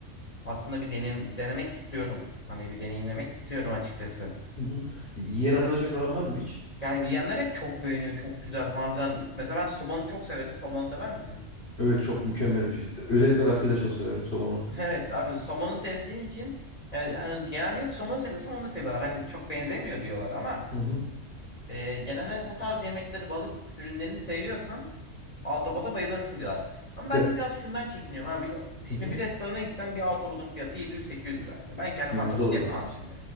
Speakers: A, on the left; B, on the left.
A: aslında bir denem denemek istiyorum. Hani bir deneyimlemek istiyorum açıkçası.
B: Hı hı. Yiyen arkadaşın falan var mı hiç?
A: Yani yiyenler hep çok beğeniyor, çok güzel falan filan. Mesela ben somonu çok severim. Somon sever misin? <laughs>
B: Evet çok mükemmel bir şey. Özellikle rakıyı da çok severim somonu.
A: Evet abi somonu sevdiğim için yani hani genelde yok somonu seviyorsan onu da seviyorlar. Hani çok benzemiyor diyorlar ama
B: Hı hı.
A: e, genelde hani o tarz yemekleri balık ürünlerini seviyorsan Autobot'a bayılırsın diyorlar. Ama ben
B: Ya
A: de biraz şundan çekiniyorum abi. Şimdi
B: hı hı.
A: bir restorana gitsem bir Autobot'un fiyatı 700-800 lira. Hani ben kendim
B: Hı hı,
A: Autobot
B: doğru.
A: yapamam şimdi.